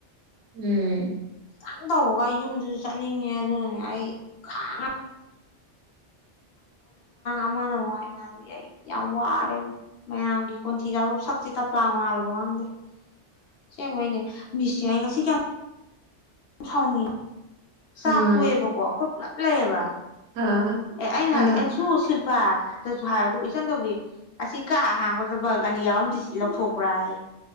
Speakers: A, on the right; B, on the left.
A: ꯎꯝ꯫
B: ꯈꯤꯇꯪ ꯇꯧꯕꯒ ꯑꯩ ꯌꯨꯝꯗꯨꯁꯨ ꯆꯠꯅꯤꯡꯉꯦ ꯑꯗꯨꯅꯅꯦ ꯑꯩ ꯈꯥꯡꯉ ꯑꯃꯅ ꯉꯥꯡ ꯉꯥꯡꯗꯤ ꯑꯩ ꯌꯥꯝ ꯋꯥꯔꯦ ꯃꯌꯥꯝꯒꯤ ꯀꯣꯟꯊꯤ ꯁꯤꯒ ꯑꯗꯨꯝ ꯁꯛꯁꯤ ꯇꯞꯄ꯭ꯂꯥ ꯃꯥꯜꯂꯕ ꯈꯪꯗꯦ ꯁꯦꯡꯕꯩꯅꯤ ꯃꯤꯁꯁꯦ ꯑꯩ ꯉꯁꯤ ꯀꯌꯥ ꯁꯥꯎ ꯅꯤꯡꯉꯤ ꯆꯥꯛ
A: ꯑꯥ
B: ꯇꯨꯑꯦꯕꯀꯣ ꯑꯩꯈꯣꯏ ꯄꯨꯂꯞ ꯂꯩ ꯑꯕꯥ
A: ꯑꯥ
B: ꯑꯦ ꯑꯩꯅ
A: ꯑꯥ
B: ꯍꯥꯏꯗꯤ ꯑꯦꯟꯁꯨ ꯁꯤꯜ ꯄꯥ ꯑꯗꯨꯁꯨ ꯍꯥꯏ ꯑꯗꯨꯒ ꯏꯆꯟꯗꯧꯕꯤ ꯑꯁꯤ ꯀꯥ ꯍꯥꯡꯕꯗꯨꯗ ꯕꯜꯒ ꯑꯅꯤ ꯌꯥꯎꯔꯝꯗ꯭ꯁꯤ ꯂꯧꯊꯣꯛꯄ꯭ꯔꯥ ꯍꯥꯏ